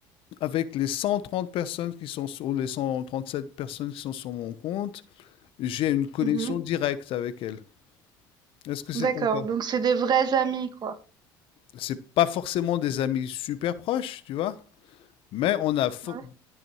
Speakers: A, on the left; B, on the right.
A: avec les 130 personnes qui sont sur, ou les 137 personnes qui sont sur mon compte, j'ai une connexion
B: Mmh
A: directe avec elles. Est-ce que c'est
B: D'accord,
A: ton cas?
B: donc c'est des vrais amis, quoi.
A: C'est pas forcément des amis super proches, tu vois, mais on a fo-
B: Ouais.